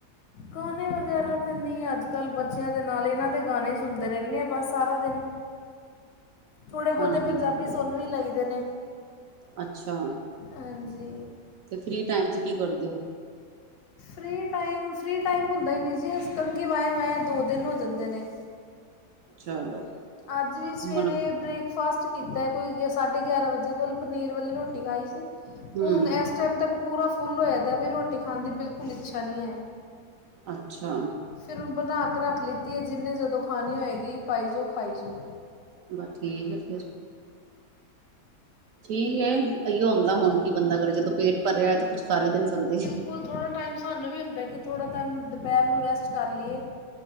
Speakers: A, on the left; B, on the right.
A: ਗਾਣੇ ਵਗੈਰਾ ਤਾਂ ਨਹੀਂ ਅੱਜ ਕੱਲ੍ਹ, ਬੱਚਿਆਂ ਦੇ ਨਾਲ ਇਹਨਾਂ ਦੇ ਗਾਣੇ ਹੀ ਸੁਣਦੇ ਰਹਿੰਦੇ ਹਾਂ ਬਸ ਸਾਰਾ ਦਿਨ ਥੋੜ੍ਹੇ ਬਹੁਤੇ
B: ਖਾਣਾ ਪੀਣਾ
A: ਪੰਜਾਬੀ
B: ਲੱਗੇ
A: ਸੁਣ
B: ਰਹੋ
A: ਵੀ ਲਈਦੇ ਨੇ।
B: ਅੱਛਾ।
A: ਹਾਂਜੀ।
B: ਅਤੇ ਫ੍ਰੀ ਟਾਈਮ 'ਚ ਕੀ ਕਰਦੇ ਹੋ?
A: ਫ੍ਰੀ ਟਾਈਮ, ਫ੍ਰੀ ਟਾਈਮ ਹੁੰਦਾ ਹੀ ਨਹੀਂ ਜੀ, ਕੰਘੀ ਵਾਏ-ਵਾਆਂ ਦੋ ਦਿਨ ਹੋ ਜਾਂਦੇ ਨੇ।
B: ਚਲੋ
A: ਅੱਜ ਵੀ ਸਵੇਰੇ
B: ਮਤਲਬ
A: ਬ੍ਰੇਕਫਾਸਟ ਕੀਤੇ ਕੋਈ ਸਾਢੇ ਗਿਆਰਾਂ ਵਜੇ ਕੋਲ, ਪਨੀਰ ਵਾਲੀ ਰੋਟੀ ਖਾਈ ਸੀ।
B: ਹਮ
A: ਹੁਣ ਇਸ ਉਸ ਟਾਈਮ ਤੱਕ ਪੂਰਾ ਫੁੱਲ ਹੋਇਆਦੇ ਵੀ, ਰੋਟੀ ਖਾਣ ਦੀ ਬਿਲਕੁਲ ਇੱਛਾ ਨਹੀਂ ਹੈ।
B: ਅੱਛਾ।
A: ਫਿਰ ਹੁਣ ਬਣਾ ਕੇ ਰੱਖ ਲਿੱਤੀ ਏ ਜਿੰਹਨੇ ਜਦੋਂ ਖਾਣੀ ਹੋਏਗੀ, ਪਾਈ ਜਾਓ, ਖਾਈ ਜਾਓ।
B: ਬਸ ਠੀਕ ਹੈ ਫਿਰ ਠੀਕ ਏ, ਇਓ ਹੁੰਦੇ
A: ਹਾਂ,
B: ਹੁਣ ਕੀ ਬੰਦਾ ਕਰੇ ਜਦੋਂ ਪੇਟ ਭਰੇਏ ਤੇ ਕੁਛ ਕਰ ਵੀ ਤੇ ਨੀ ਸਕਦੇ।
A: ਕੋਲ ਥੋੜ੍ਹਾ ਟਾਈਮ ਸਾਨੂੰ ਵੀ ਹੁੰਦਾ, ਕਿ ਥੋੜ੍ਹਾ ਟਾਈਮ ਦੁਪਹਿਰ ਨੂੰ ਰੈਸਟ ਕਰ ਲਈਏ।